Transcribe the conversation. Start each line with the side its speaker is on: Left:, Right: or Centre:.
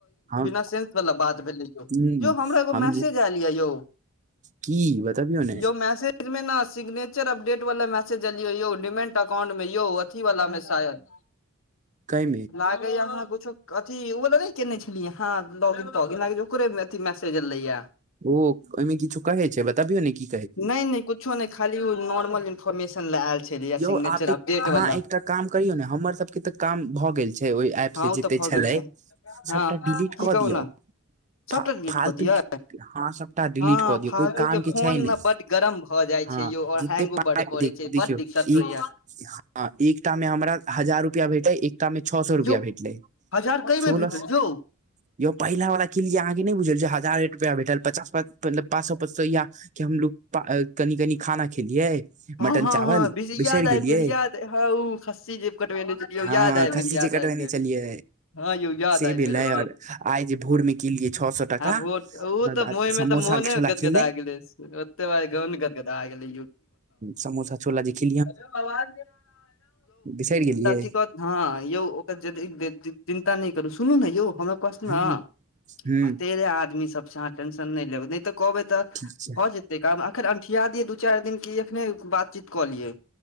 Right: हम
Left: बिना सेन्स वाला बात भेले यौ
Right: ह
Left: यौ हमरा
Right: हम
Left: मैसेज
Right: जे
Left: आयल यऽ यौ
Right: की बतबियौ ने
Left: यौ मैसेज मेना, सिग्नेचर अपडेट वाला मैसेज एलियौ यौ, डिमेन्ट अकाउंटमे यौ, अथीवला मे शायद।
Right: कम
Left: लागैए, अहाँ किछु अथी ओ लग नहि केने छलियै हँ? लॉगिन तऽ लगैए, ओकरे अथी मैसेज एले यऽ।
Right: ओ ओहिमे किछु कहै छै। बताबियौ ने कि
Left: नहि नहि, किछु नहि, खाली ओ नॉर्मल इन्फॉर्मेशन लऽ आयल छलै,
Right: यौ
Left: सिग्नेचर
Right: आप
Left: अपडेट
Right: अहाँ
Left: वाला।
Right: एकटा काम करियौ ने हमर सभके तऽ काम भऽ गेल छै। ओहि एप
Left: हँ
Right: से
Left: ओ
Right: जते
Left: तऽ भऽ
Right: छलै
Left: गेल छै हँ
Right: सभटा डिलीट
Left: की
Right: कऽ
Left: कहू
Right: दियऔ।
Left: ने सबटा
Right: फ
Left: डिलीट
Right: फालतू
Left: कऽ दियै
Right: हँ सभटा डिलीट
Left: हँ
Right: कऽ दियौ
Left: फालतू
Right: कोइ काम के
Left: फोन
Right: छै नहि
Left: ने बड गरम भऽ जाइ
Right: हँ
Left: छै यौ और
Right: जतेक
Left: हैंगो
Right: पाय
Left: बड करे
Right: देखियौ
Left: छै बड दिक्कत
Right: एक
Left: होइया
Right: ह एकटा मे हमरा हजार रुपआ भेटै एक एकटा छ सए रुपआ
Left: यौ
Right: भेटल
Left: हजार कई
Right: सुलस
Left: मे भेटल यौ
Right: यो पहिला वाला की अहाँ के नहि बुझल जे हजार रुपआ भेटल पचास पास मतलब पासो पो या कि? हमलोग कनि कनि खाना खेलियै,
Left: हँ
Right: मटन
Left: हँ
Right: चावल।
Left: हँ बीस
Right: बिसरि
Left: याद आबि
Right: गेलियै
Left: गेल याद हँ ओ खस्सी जे कटबेने छलियै
Right: हँ
Left: याद आबि
Right: खस्सी
Left: गेल याद
Right: जे कटबेने
Left: आबि गेल
Right: छलियै।
Left: हँ यौ याद
Right: से
Left: आबि
Right: भेलै
Left: गेलै
Right: आओर आइ जे भोरमे किनलियै, छओ सए। टका
Left: हो, ओ
Right: ओकर
Left: तऽ
Right: बाद
Left: महिँ
Right: समोसा
Left: तऽ मोने
Right: छोला
Left: गदगदा
Right: खेलै
Left: गेले, ओते बार गदगदा गेले।
Right: समोसा छोला जे ख
Left: जदा
Right: बिसरि गेलियै
Left: कह हँ यौ, ओकर चिन्ता नहि करू, सुनू ने यौ हमर कऽ ने।
Right: ह ह
Left: भते रे, आदमीसब, अहाँ टेंशन नहि लेबै, नहि तऽ कहबै तऽ
Right: ठीक छै
Left: भऽ जेतै। तऽ कऽ अखन अनठिया दियै दू चारि दिन, की एखने बातचीत कऽ लिअ?